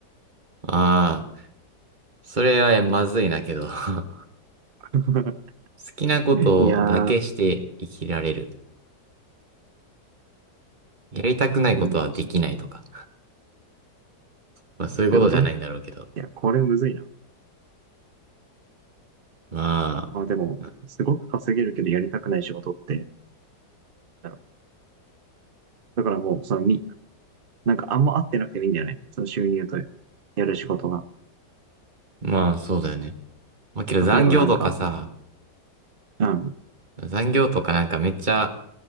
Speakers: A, on the right; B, on the right.
A: ああ。それはまずいなけど <laughs> 好
B: <laughs>
A: きなことだけして生きられる。
B: いやー、
A: やりたくないことはできないとか。
B: うん。そう
A: まあそういうことじゃないんだろうけど。
B: いうこといや、これむずいな。
A: ま
B: まあでも、
A: あ、
B: すごく稼げるけどやりたくない仕事って、だろう。だからもう、そのみ、なんかあんま合ってなくてもいいんだよね。その収入とやる仕事が。
A: まあそうだよね。まあけど残業とかさ、
B: 例えばなんか、うん、
A: 残業とかなんかめっちゃ